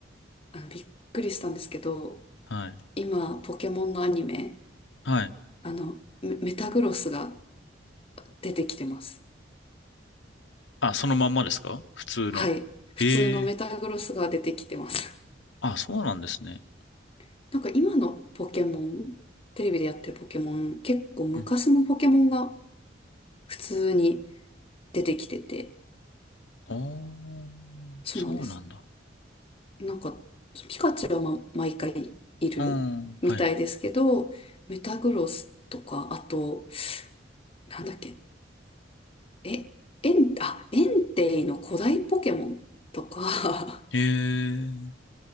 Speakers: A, on the left; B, on the left.
A: あの、びっくりしたんですけど、
B: はい。
A: 今、ポケモンのアニメ、
B: はい。
A: あの、メ、メタグロスが出てきてます。
B: あ、そのまんまですか普通の。
A: はい。普通のメタグロスが出てきてます。
B: ええあ、そうなんですね。
A: <laughs> なんか今のポケモン、テレビでやってるポケモン、結構昔のポケモンが
B: うん。
A: 普通に出てきてて、
B: おー、
A: そうなんです。
B: そうなんだ。
A: なんか、ピカチュウは毎回いるみたいですけど、
B: うん。はい。
A: メタグロスとか、あと、なんだっけ、え、エン、あ、エンテイの古代ポケモンとか、
B: ええ
A: <laughs>